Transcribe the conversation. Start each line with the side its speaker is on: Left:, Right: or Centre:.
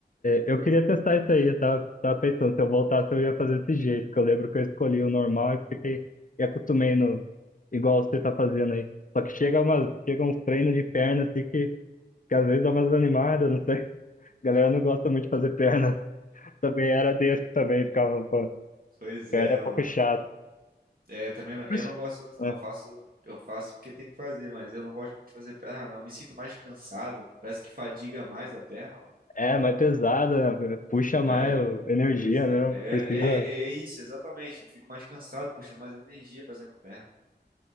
Left: eu queria testar isso aí, eu tava, tava pensando, se eu voltasse eu ia fazer desse jeito, que eu lembro que eu escolhi o normal e fiquei, e acostumei no, igual você tá fazendo aí. Só que chega, umas, chega uns treinos de perna assim que, que às vezes dá umas animadas, não sei. A galera não gosta muito de fazer perna. <laughs> Também era desse também, ficava, pô,
Right: Pois
Left: perna
Right: é,
Left: é
Right: mano.
Left: um pouco chato.
Right: É, também não- eu
Left: Puxa,
Right: não gosto muito, não.
Left: É,
Right: Eu faço, eu faço porque tem que fazer, mas eu não gosto muito de fazer perna, não. Eu me sinto mais cansado. Parece que fadiga mais a perna, mano.
Left: é, mas pesada, né? puxa mais
Right: É,
Left: o- energia
Right: pois é.
Left: mesmo,
Right: É,
Left: precisa,
Right: é, é isso, exatamente. Fico mais cansado, puxa mais energia fazendo perna.